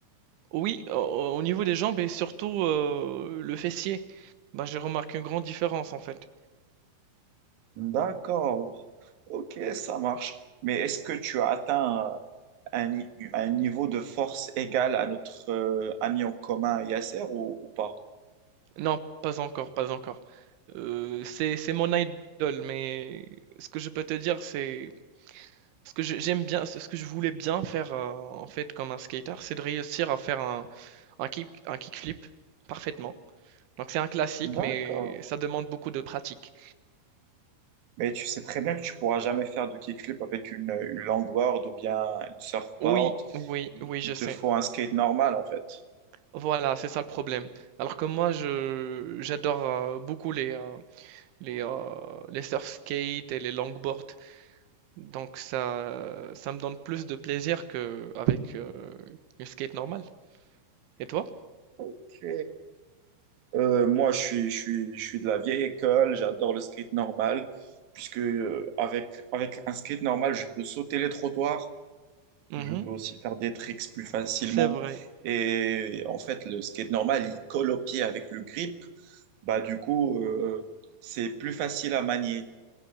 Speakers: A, on the right; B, on the right.
A: Oui, au, au niveau des jambes et surtout euh, le fessier, bah, j'ai remarqué une grande différence en fait.
B: D'accord, ok, ça marche. Mais est-ce que tu as atteint un, ni- un niveau de force égal à notre euh, ami en commun Yasser ou, ou pas?
A: Non, pas encore, pas encore. Euh, c'est c'est mon idole, mais ce que je peux te dire, c'est ce que je- j'aime bien, ce que je voulais bien faire euh, en fait comme un skater, c'est de réussir à faire un, un kick, un kickflip parfaitement. Donc c'est un classique,
B: D'accord.
A: mais ça demande beaucoup de pratique.
B: Mais tu sais très bien que tu pourras jamais faire de kickflip avec une, une longboard ou bien une surfboard.
A: Oui, oui,
B: Il,
A: oui, je
B: il
A: sais.
B: te faut un skate normal en fait.
A: Voilà, c'est ça le problème. Alors que moi, je j'adore euh, beaucoup les euh, les euh, les surf skates et les longboards. Donc ça, ça me donne plus de plaisir qu'avec une skate normale. Et toi?
B: Ok. Euh, moi, je suis, je suis, je suis de la vieille école, j'adore le skate normal, puisque euh, avec, avec un skate normal, je peux sauter les trottoirs,
A: Mhm.
B: je peux aussi faire des tricks plus facilement.
A: C'est vrai,
B: Et en fait, le skate normal, il colle au pied avec le grip. Bah, du coup, euh, c'est plus facile à manier.